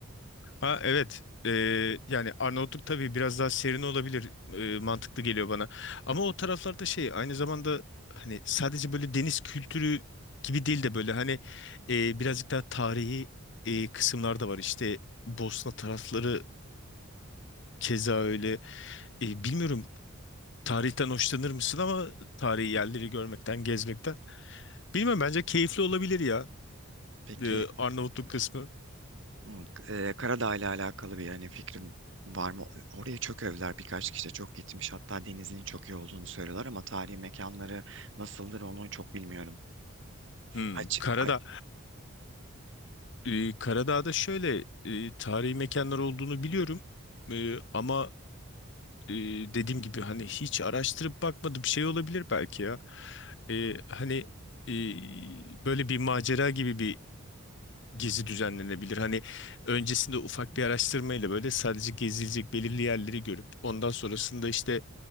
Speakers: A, on the left (about 55°); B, on the right (about 55°).
A: Ha evet. Ee, yani Arnavutluk tabii biraz daha serin olabilir. Ee, mantıklı geliyor bana. Ama o taraflarda şey aynı zamanda hani sadece böyle deniz kültürü gibi değil de böyle hani e, birazcık daha tarihi e, kısımlar da var. İşte Bosna tarafları keza öyle. E, bilmiyorum Tarihten hoşlanır mısın ama tarihi yerleri görmekten, gezmekten. Bilmem bence keyifli olabilir ya
B: Peki
A: e, Arnavutluk kısmı.
B: Hı, e, Karadağ ile alakalı bir yani fikrim var mı? Oraya çok övdüler birkaç kişi de çok gitmiş. Hatta denizinin çok iyi olduğunu söylüyorlar ama tarihi mekanları nasıldır onu çok bilmiyorum.
A: Hmm,
B: Aç,
A: Karadağ.
B: aç.
A: E, Karadağ'da şöyle e, tarihi mekanlar olduğunu biliyorum. E, ama e, dediğim gibi hani hiç araştırıp bakmadım şey olabilir belki ya. E, hani e, böyle bir macera gibi bir gezi düzenlenebilir. Hani öncesinde ufak bir araştırmayla böyle sadece gezilecek belirli yerleri görüp ondan sonrasında işte